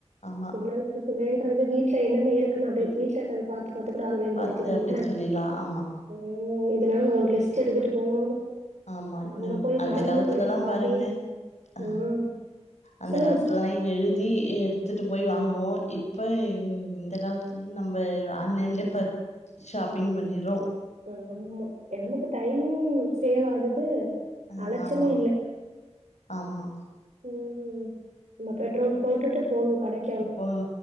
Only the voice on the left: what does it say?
ஆமா
வீட்ல
பாத்து
அப்டி
சொல்லிலா ஆமா
ஆமா
நம்
அந்த
காலத்துலலா
பாருங்க அ
அந்த
காலத்துலல்லா எழுதி தி எடுத்துட்டு போய் வாங்குவோ இப்ப இந்த காலத்துல நம்ப ஆன்லைன்லயே பர் ஷாப்பிங் பண்ணிறோ
அ
ஆமா ஆமா
அப்போ